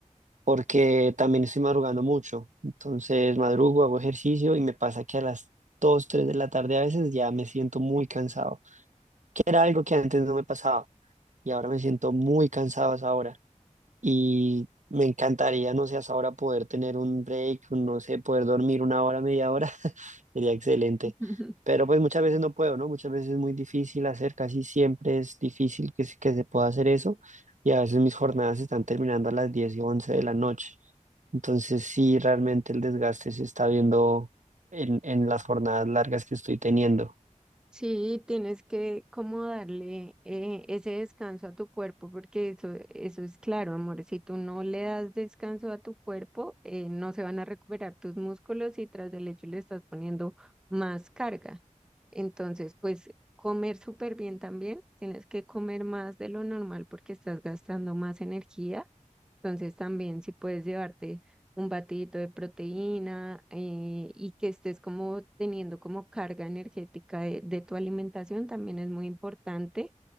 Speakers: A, on the right (about 70°); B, in the centre.
A: porque también estoy madrugando mucho. Entonces madrugo, hago ejercicio y me pasa que a las 2 3 de la tarde a veces ya me siento muy cansado, que era algo que antes no me pasaba y ahora me siento muy cansado a esa hora y me encantaría, no sé, hasta ahora poder tener un break, un, no sé, poder dormir una hora, media hora, <laughs> sería excelente.
B: <laughs>
A: Pero pues muchas veces no puedo, ¿no? Muchas veces es muy difícil hacer, casi siempre es difícil que, se- que se pueda hacer eso y a veces mis jornadas están terminando a las 10 y 11 de la noche. Entonces sí, realmente el desgaste se está viendo en, en las jornadas largas que estoy teniendo.
B: Sí, tienes que como darle eh, ese descanso a tu cuerpo, porque eso, eso es claro, amor. Si tú no le das descanso a tu cuerpo, eh, no se van a recuperar tus músculos y tras del hecho le estás poniendo más carga. Entonces, pues comer súper bien también. Tienes que comer más de lo normal porque estás gastando más energía entonces también si puedes llevarte un batidito de proteína eh, y que estés como teniendo como carga energética de, de tu alimentación también es muy importante.